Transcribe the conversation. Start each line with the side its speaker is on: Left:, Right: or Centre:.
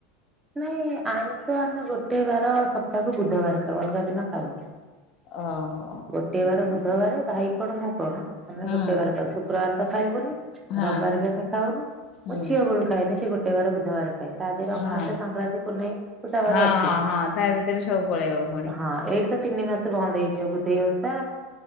Right: ନାଇଁ ଆଇଁଷ ଆମେ ଗୋଟେ ବାର ସପ୍ତାହକୁ ବୁଧବାର ଖାଉ ଅଲଗା ଦିନ ଖାଉନା।
Left: ଓହୋ
Right: ଗୋଟେ ବାର ବୁଧବାର ଭାଇ କଣ ମୁଁ କଣ ଆମେ
Left: ହୁଁ
Right: ଗୋଟେ ବାରେ ଖାଉ ଶୁକ୍ରବାର ତ ଖାଇବୁନି
Left: ହଁ
Right: ରବିବାର ବି ଆମେ ଖାଉନୁ ମୁଁ
Left: ହୁଁ
Right: ଝିଅ ବେଳୁ ଖାଇନି ସେ ଗୋଟେ ବାର ବୁଧବାର ଖା ଖାଏ ତା ଦିହରେ ଅମାବାସ୍ୟା
Left: ହଁ।
Right: ଥାଏ। ସଂକ୍ରାନ୍ତି ପୁନେଇଁ ଓଶା ବାର
Left: ହଁ
Right: ଅଛି
Left: ହଁ ହଁ ତା ଭିତରେ ସବୁ ପଳେଇବ ପୁଣି।
Right: ହଁ ଏଇଟି ତ ତିନି ମାସ ବନ୍ଦ ହେଇଯିବ ବୁଧେଇ ଓଷା